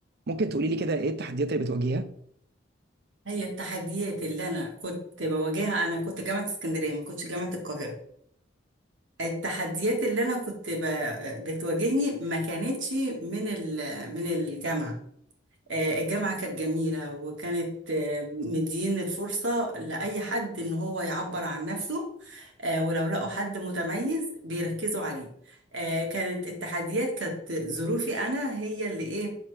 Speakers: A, on the right; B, on the right.
A: ممكن تقولي لي كده ايه التحديات اللي بتواجهها
B: هي التحديات اللي انا كنت بواجهها انا كنت جامعه اسكندريه ما كنتش جامعه القاهره التحديات اللي انا كنت ب... بتواجهني ما كانتش من ال... من الجامعة آه، الجامعة كانت جميلة وكانت آه، مدين الفرصة لأي حد إن هو يعبر عن نفسه آه، ولو لقوا حد متميز بيركزوا عليه آه، كانت التحديات كانت ظروفي أنا هي اللي إيه